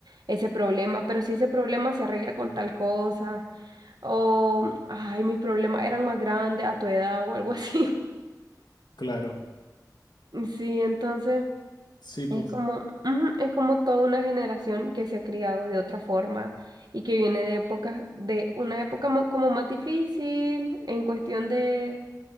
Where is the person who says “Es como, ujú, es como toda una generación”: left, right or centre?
Right